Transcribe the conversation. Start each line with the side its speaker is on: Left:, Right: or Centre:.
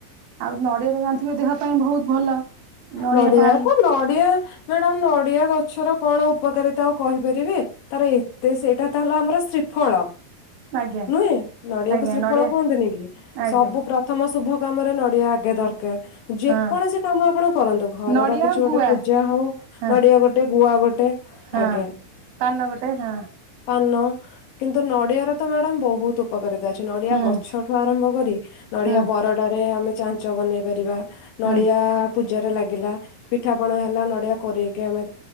Right: ଆଉ ନଡ଼ିଆ ତ ଜାଣିଥିବେ ଦେହ ପାଇଁ ବହୁତ୍ ଭଲ। ନଡ଼ିଆ
Left: ନଡିଆ
Right: ପାଣି
Left: ତ ନଡିଆ ମ୍ୟାଡାମ୍ ନଡିଆ ଗଛର କଣ ଉପକାରିତା ଆଉ କହିପାରିବେ? ତାର ଏତେ ସେଇଟା ତ ହେଲା ଆମର ଶ୍ରୀଫଳ।
Right: ଆଜ୍ଞା
Left: ନୁହେଁ ନଡିଆକୁ
Right: ଆଜ୍ଞା
Left: ଶ୍ରୀଫଳ
Right: ନଡ଼ିଆ
Left: କୁହନ୍ତୁନି କି
Right: ଆଜ୍ଞା।
Left: ସବୁ ପ୍ର ପ୍ରଥମ ଶୁଭ କାମରେ ନଡିଆ ଆଗେ ଦରକାର୍ ଯେକୌଣସି
Right: ହଁ
Left: କାମ ଆପଣ କରନ୍ତୁ ଘରର
Right: ନଡ଼ିଆ
Left: କିଛି
Right: ଆଉ
Left: ଗୋଟେ
Right: ଗୁଆ
Left: ପୂଜା ହଉ
Right: ହଁ
Left: ନଡିଆ ଗୋଟେ ଗୁଆ ଗୋଟେ
Right: ହଁ।
Left: ଆଜ୍ଞା।
Right: ପାନ ଗୋଟେ -ହାଁ।
Left: ପାନ କିନ୍ତୁ ନଡିଆରେ ତ ମ୍ୟାଡାମ୍ ବହୁତ୍ ତୁ ଉପକାରିତା ଅଛି ନଡ଼ିଆ
Right: ହୁଁ
Left: ଗଛଠୁ ଆରମ୍ଭ କରି ନଡିଆ
Right: ହୁଁ
Left: ବରଡା ରେ ଆମେ ଚା ଚ ବନେଇ ପାରିବା
Right: ହୁଁ
Left: ନଡିଆ ପୂଜାରେ ଲାଗିଲା ପିଠା ପଣା ହେଲା ନଡିଆ କୋରେଇକି ଆମେ